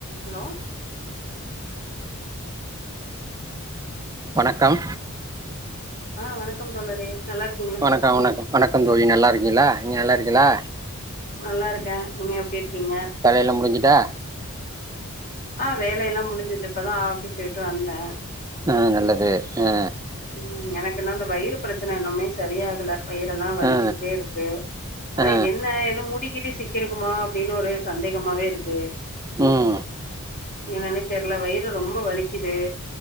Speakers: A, on the left (about 40°); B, on the right (about 15°).
A: hello
B: வணக்கம்
A: ஆ வணக்கம் தோழரே நல்லாருக்
B: வணக்கம் வணக்கம் வணக்கம் தோழி நல்லா இருக்கீங்ளா நீங்க நல்லா இருக்கீளா
A: நல்லா இருக்கே நீங்க எப்டி இருக்கீங்க
B: வேல முடிஞ்சிட்டா
A: ஆ வேல எல்லா முடிஞ்சிது இப்பதா ஆஃபீஸ் விட்டு வந்தே
B: ஆ நல்லது ஆ
A: ம் எனக்கு இன்னு இந்த வயிறு பிரச்சன இன்னுமே சரியாகல வயிற எல்லா வலிச்சுக்கிட்டே
B: ஆ
A: இருக்கு அதா
B: ஆ
A: என்ன எது முடி கிடி சிக்கிருக்குமா அப்டின்னு ஒரு சந்தேகமாவே இருக்கு
B: ம்
A: என்னனே தெரில வயிறு ரொம்ப வலிக்குது